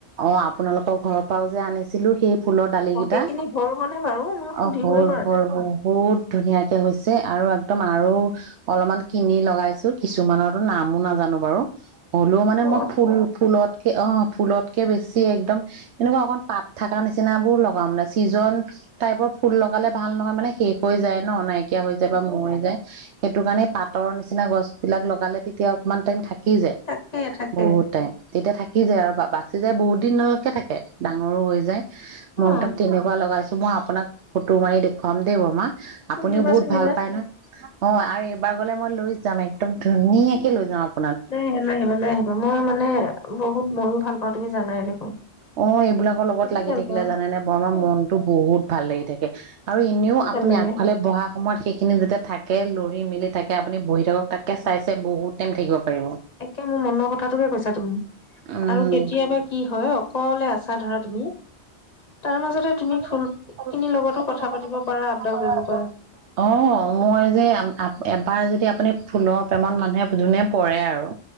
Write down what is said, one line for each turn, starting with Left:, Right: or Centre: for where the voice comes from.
Right: অ আপোনালোক আ ঘৰৰ পৰাও যে আনিছিলো সেই ফুলৰ দালিকিটা
Left: অ সেইখিনি হ'ল মানে বাৰু মই সুধিবই
Right: অ হল
Left: পৰা
Right: হল
Left: নাই
Right: বহুত ধুনীয়াকে হৈছে আৰু একদম আৰু অলপমান কিনি লগাইছো কিছুমানৰো নামো নাজানো বাৰু হ'লও মানে
Left: অ
Right: মই ফুল ফুলত অ ফুলতকে বেছি একদম এনেকুৱা অকণ পাত থকা নিচিনাবোৰ লগাও মানে ছিজন টাইপৰ ফুল লগালে ভাল নহয় মানে শেষ হৈ যায় ন' নাইকিয়া হৈ যায় বা মৰি যায়। সেইটো কাৰণে পাতৰ নিচিনা গছ বিলাক লগালে তেতিয়া অকমান টাইম থাকে সি যে
Left: থাকে থাকে
Right: বহুত টাইম তেতিয়া থাক থাকি যায় আৰু বাচি যায় বহুত দিনলৈকে থাকে ডাঙৰো হৈ যায়। মই
Left: অ
Right: একদম তেনেকুৱা লগাইছে মই আপোনাক ফটো মাৰি দেখুৱাম দেই বমাক।
Left: সুধিবাচোন
Right: আপুনিও বহুত
Left: দিবা
Right: ভাল পায় নহয় অ'? এইবাৰ গলে মই লৈ যাম একদম ধুনীয়াকে লৈ যাম আ
Left: লৈ আহ লৈ আহিব লৈ আহিব মই মানে বহুত ময়ো ভাল পাওঁ তুমি জানায়ে দেখোন।
Right: অ' এইবিলাকৰ লগত
Left: বহুত
Right: লাগি
Left: ভাল
Right: থাকিলে
Left: পাওঁ
Right: জানে নে বৰ আমাৰ মনতো বহুত ভাল লাগি থাক আৰু এনেও
Left: ভাল
Right: আপুনি
Left: লাগে
Right: আগফালে বহা সময়ত শেষ সেইখিনি যেতিয়া থাকে লৰি মেলি থাকে আপুনি বহি থাকক তাতকৈ চাই চাই বহুত টাইম থাকিব পাৰিব
Left: একে মোৰ মনৰ কথাটোকে কৈছা তুমি
Right: উম
Left: আৰু কেতিয়াবা কি হয় অ' অকলে আছা ধৰা তুমি
Right: <unintelligible>
Left: তাৰ মাজতে তুমি ফুল খিনিৰ লগতো কথা পাতিব পাৰা আপডাল কৰিব পাৰা
Right: অ' মই যে এবাৰ যদি আপুনি ফুলৰ প্ৰেমত মানুহে যোনে পৰে আৰু